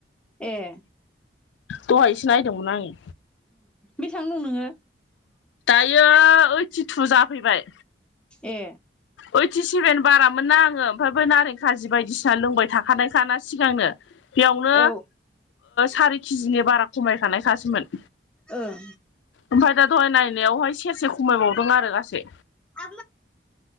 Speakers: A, in the centre; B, on the left (about 80°).
A: ए
B: दहायसो नायदोंमोन आङो
A: बेसेबां दं नोङो?
B: बेयो ओइटिटु जाफैबाय।
A: ए
B: ओइटि सेभेन बारामोन ना आङो ओमफ्रायबो नारें खाजि बायदिसिना लोंबाय थाखानायखाना सिगांनो- बेयावनो
A: औ
B: सारि केजिनि बारा खमायखानायखासोमोन।
A: ओं
B: ओमफ्राय दा दहाय नायावहाय सेरसे खमायबावदों आरो गासै
A: आ